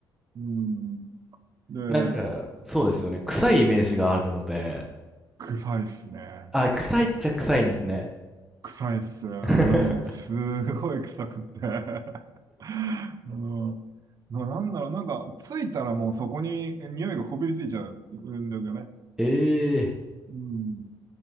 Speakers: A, on the right (about 50°); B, in the centre.
A: うん。で、
B: なんか、そうですよね。臭いイメージがあるので、
A: 臭いっすね。
B: あ、臭いっちゃ臭いんですね。
A: 臭いっす。あれもうすごい臭くって。
B: <laughs>
A: <laughs> うん。な、なんだろう、なんか、ついたらもうそこに匂いがこびりついちゃうんですよね。
B: ええ
A: うん。